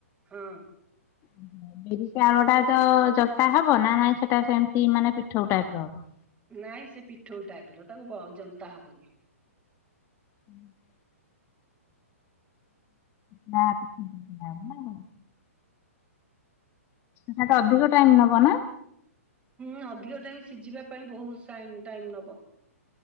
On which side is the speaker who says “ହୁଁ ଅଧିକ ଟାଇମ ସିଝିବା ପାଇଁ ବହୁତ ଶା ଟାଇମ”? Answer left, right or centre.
Right